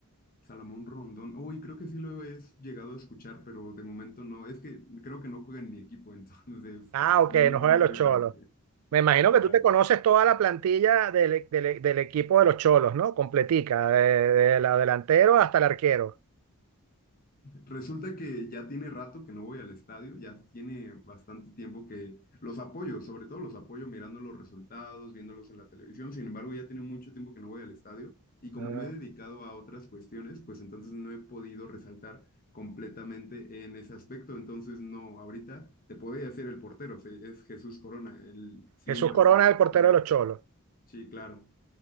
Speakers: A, on the left; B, on the right.
A: Salomón Rondón, uy, creo que sí lo he es- llegado a escuchar, pero de momento no. Es que creo que no juega en mi equipo, <laughs> entonces
B: Ah, ok,
A: no me
B: no
A: sé
B: juegan
A: muy bien
B: los
A: la
B: cholos.
A: plantilla.
B: Me imagino
A: Claro.
B: que tú te conoces toda la plantilla del, del- del equipo de los cholos, ¿no? Completica, de, de la delantero hasta el arquero.
A: Resulta que ya tiene rato que no voy al estadio, ya tiene bastante tiempo que los apoyo, sobre todo los apoyo mirando los resultados, viéndolos en la televisión, sin embargo ya tiene mucho tiempo que no voy al estadio y como
B: Ah,
A: me he dedicado a otras cuestiones, pues entonces no he podido resaltar completamente en ese aspecto, entonces no, ahorita te podría decir el portero, se- es Jesús Corona, él siempre
B: Jesús Corona
A: ha sido
B: es
A: portero
B: el portero
A: ahí.
B: de los cholos.
A: Sí, claro.